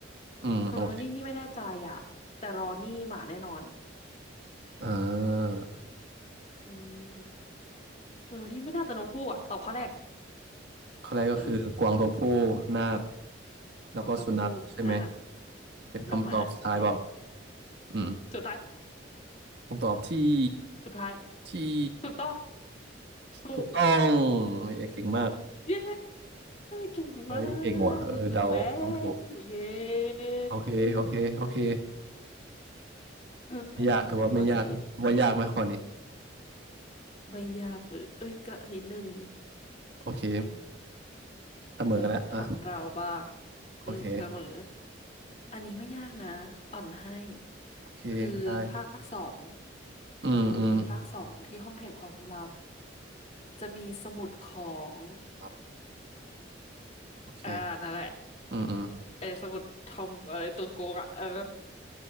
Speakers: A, on the right; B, on the left.
A: อืมโอเค
B: คือเมลนี่นี่ไม่แน่ใจอ่ะแต่รอนนี่หมาแน่นอน
A: อ่า
B: อืมเมลนี่ไม่น่าจะนกคู่อ่ะตอบข้อแรก
A: ข้อแรกก็คือกวางตัวผู้นาค
B: อืม
A: แล้วก็สุนัขใช่ไหม
B: ฟองเต้าหู้นาค
A: เป็นคำตอบสุดท้ายเปล่า
B: น้องหมาใช่
A: อืม
B: สุดท้าย
A: คำตอบที่
B: สุดท้าย
A: ที่
B: ถูกต้องถูก
A: ถูกต้องเอ้ยเก่งมาก
B: เย้เก่งมา
A: เฮ้ยเก่งว่ะเออเดาเดาถูก
B: กหนึ่งหนึ่งแล้วเย้
A: โอเคโอเคโอเค
B: <coughs> อืมอืมโอเค
A: ไม่ยากถือว่าไม่ยากว่ายากไหมข้อนี้
B: ไม่ยากหรือเอ้ยก็นิดนึง
A: โอเค
B: อืม
A: เสมอกันแล้วอ่ะ
B: มาของเราบ้าง
A: โอเค
B: อืมเสมออันนี้ไม่ยากนะอ่อนให้
A: โอเคได้
B: คือภาคสอง
A: อืมอืม
B: อืมภาคสองที่ห้องแห่งความลับจะมีสมุดของ
A: โอเค
B: อ่านั่นแหละ
A: อืมอืม
B: ไอ้สมุดทอมเออไอ้ตัวโกงอ่ะเออ